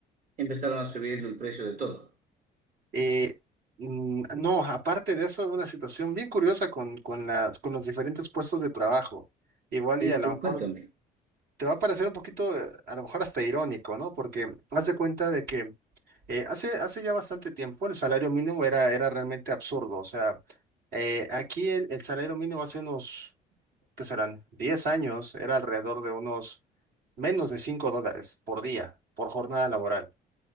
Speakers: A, on the right; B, on the right.
A: Empezaron a subir el precio de todo.
B: Eh, mm, no, aparte de eso, una situación bien curiosa con, con las, con los diferentes puestos de trabajo. Igual
A: Ok, pero
B: y a lo mejor
A: cuéntame,
B: te va a parecer un poquito, eh, a lo mejor hasta irónico, ¿no? Porque haz de cuenta de que eh, hace, hace ya bastante tiempo el salario mínimo era, era realmente absurdo. O sea, eh, aquí el, el salario mínimo hace unos, ¿qué serán? diez años era alrededor de unos menos de 5 dólares por día, por jornada laboral.